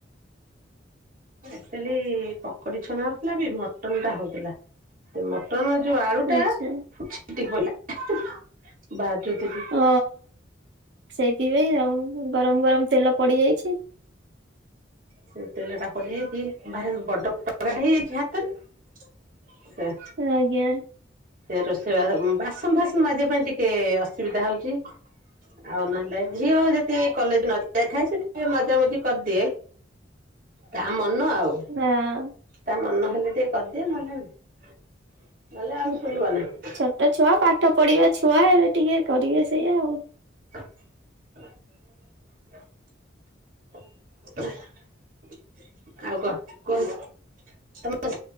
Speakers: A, on the right (about 45°); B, on the right (about 65°).
A: ଆଚୁଆଲି ପକୋଡି ଛନା ହଉଥିଲା ବି ମଟନ ଟା ହଉଥିଲା। ସେ ମଟନ ଯୋଉ ଆଳୁ ଟା
B: ଆଛା
A: ଛିଟିକି ପଡ଼ିଲା ଭାଜୁଥିଲି।
B: ହଁ ସେଇଥିପାଇଁ ଆଉ ଗରମ ଗରମ ତେଲ ପଡିଯାଇଛି।
A: ସେ ତେଲ ଟା ପଡିଯାଇଛି ବାହାରେ ବଡ <unintelligible> ହେଇଯାଇଛି ହାତରେ। ହଁ।
B: ଆଜ୍ଞା।
A: ସେ ରୋଷେଇ ବାସନ ଫାସନ ମାଜିବା ପାଇଁ ଟିକେ ଅସୁବିଧା ହଉଛି। ଆଉ ନହେଲେ ଝିଅ ଯଦି କଲେଜ ନ ଯାଇଥାଏ ସେ ଟିକେ ମଜାମଜି କରିଦିଏ। ତା ମନ ଆଉ।
B: ନାଁ।
A: ତା ମନ ହେଲେ ଟିକେ କରିଦିଏ ନହେଲେ <unintelligible> ନହେଲେ
B: ହଁ
A: ଆଉ ଶୁଣିବ ନାହିଁ।
B: ଛୋଟ ଛୁଆ ପାଠ ପଢିବା ଛୁଆ ଏବେ ଟିକେ କରିବେ ସେଇଆ ଆଉ।
A: <unintelligible> ଆଉ କହ କୁହ ତମ